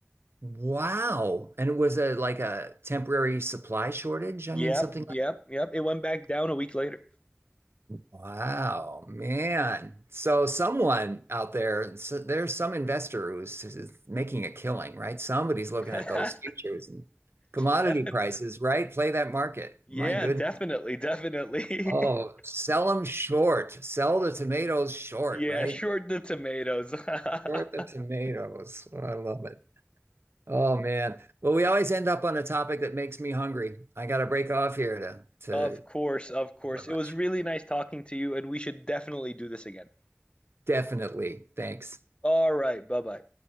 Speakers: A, on the right; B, on the left.
A: wow. And it was a like a temporary supply shortage. I
B: Yep,
A: mean, something
B: yep, yep. It went back down a week later.
A: Wow, man. So someone out there, so there's some investor who's, who's making a killing, right? Somebody's looking
B: <laughs>
A: at those futures and commodity
B: Definitely.
A: prices, right? Play that market.
B: Yeah,
A: My goodness.
B: definitely, definitely.
A: Oh,
B: <laughs>
A: sell them short. Sell the tomatoes short,
B: Yeah,
A: right?
B: short the tomatoes.
A: Short
B: <laughs>
A: the tomatoes. I love it. Oh man. Well, we always end up on a topic that makes me hungry. I got to break off here to to
B: Of
A: thank
B: course, of course.
A: you very much.
B: It was really nice talking to you, and we should definitely do this again.
A: Definitely. Thanks.
B: All right, bye bye.